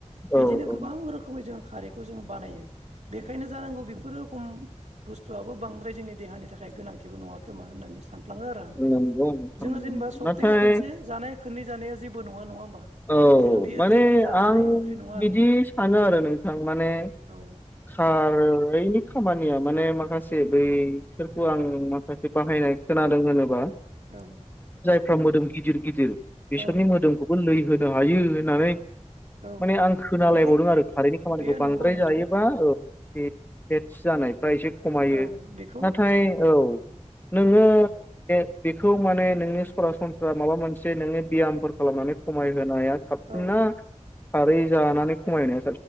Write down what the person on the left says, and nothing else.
औ औ
नंगौ नोंथां
नंगौ
नाथाय
औ
माने
आं
बिदि सानो आरो नोंथां माने
खारै खामानिया माने माखासे बैसोरखौ आं माखासे बाहायनाय खोनादों होनोबा
फोरा मोदोम गिदिर गिदिर बिसोरनि
मोदोमखौबो लै होनो हायो होननानै
माने आं खोनालायबावदों
आरो खारैनि खामानिखौ
बांद्राय
जायोबा औ एसे सि जानायफ्रा एसे खमायो
नाथाय औ नोङो बेखौ माने नोंनि सरासनस्रा माबा मोनसे नोङो बियामफोर खालामनानै खमाय होनाया साबसिन
ना खारै जानानै खमायनाय